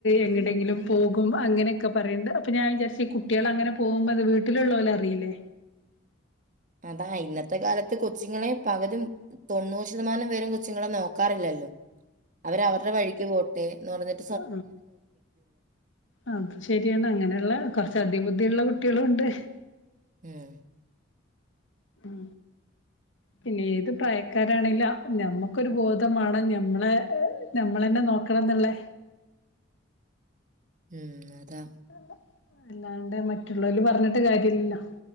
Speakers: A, on the left; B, on the right.
A: എങ്ങടെയെങ്കിലും പോകും അങ്ങനെയൊക്കെ പറയണ്ട് അപ്പൊ ഞാൻ വിചാരിച്ച് ഈ കുട്ടികൾ അങ്ങനെ പോകുമ്പോ അത് വീട്ടിലുള്ളോല് അറിയില്ലേ
B: അത ഇന്നത്തെ കാലത്ത് കൊച്ചുങ്ങളെ പകതും തൊണ്ണൂറ് ശതമാനം പേരം കൊച്ചുങ്ങളെ നോക്കാറില്ലല്ലോ അവര അവരുടെ വഴിക്ക് പോ <unintelligible>
A: ആ അത് ശരിയാണ് അങ്ങനെയുള്ള കുറച്ച അധിക ബുദ്ധിയുള്ള കു കുട്ടികളുണ്ട്
B: ഉം
A: ഉം പിന്നെ ഏത് പ്രാ ആക്കാരാണില്ല നഞമ്മക്കൊരു ബോധമാണ് ഞമ്മളെ നഞമ്മളന്നെ നോക്കണം എന്നുള്ളേ
B: ഉം
A: <unintelligible>
B: അതാ
A: അല്ലാണ്ട് മറ്റുള്ളവല് പറഞ്ഞിട്ട് കാര്യല്ലല്ലോ